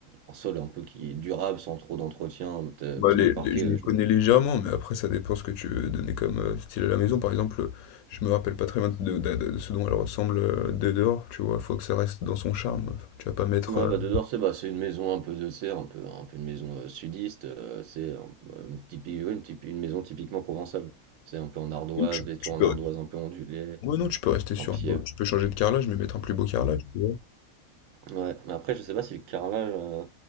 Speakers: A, on the right; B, on the left.
A: un sol un peu qui est durable sans trop d'entretien? Peut-ê
B: Bah,
A: parce
B: les
A: que le parquet,
B: les je
A: heu,
B: m'y
A: je
B: connais légèrement, mais après ça dépend ce que tu veux donner comme, heu, style à la maison. Par exemple, heu, je me rappelle pas très bien de de de de ce dont elle ressemble, heu, de dehors, tu vois? Faut que ça reste dans son charme. Faut que tu vas pas mettre,
A: ouais,
B: heu
A: bah, de dehors, c'est, bah, c'est une maison un peu de, tu un peu un peu une maison, heu, sudiste, heu, c'est un euh, une typi oui, une typi une maison typiquement provençale. C'est un peu en ardoise,
B: non, tu
A: les toits
B: tu peux
A: en ardoise un peu ondulés,
B: ouais, non, tu peux rester
A: en
B: sur
A: pierre.
B: un beau tu peux changer de carrelage, mais mettre un plus beau carrelage, tu vois?
A: Ouais, mais après, je sais pas si le carrelage, euh,